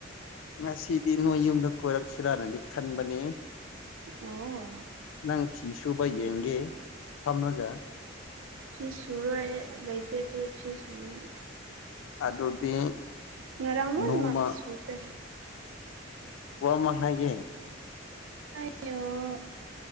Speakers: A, on the left; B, on the right.
A: ꯉꯁꯤꯗꯤ ꯅꯣꯏ ꯌꯨꯝꯗ ꯀꯣꯏꯔꯛꯁꯤꯔꯥꯅꯗꯤ ꯈꯟꯕꯅꯦ
B: ꯑꯣ
A: ꯅꯪ ꯐꯤ ꯁꯨꯕ ꯌꯦꯡꯒꯦ ꯐꯝꯔꯒ
B: ꯐꯤ ꯁꯨꯔꯣꯏ ꯑꯩ ꯂꯩꯇꯦ ꯐꯨꯔꯤꯠ ꯐꯤ ꯁꯨꯅꯤꯡꯉꯥꯏ
A: ꯑꯗꯨꯗꯤ
B: ꯉꯥꯔꯥꯡ ꯂꯣꯏꯃꯛ
A: ꯅꯣꯡꯃ
B: ꯁꯨꯈ꯭ꯔꯦ
A: ꯋꯥꯃ ꯍꯥꯏꯒꯦ
B: ꯌꫭ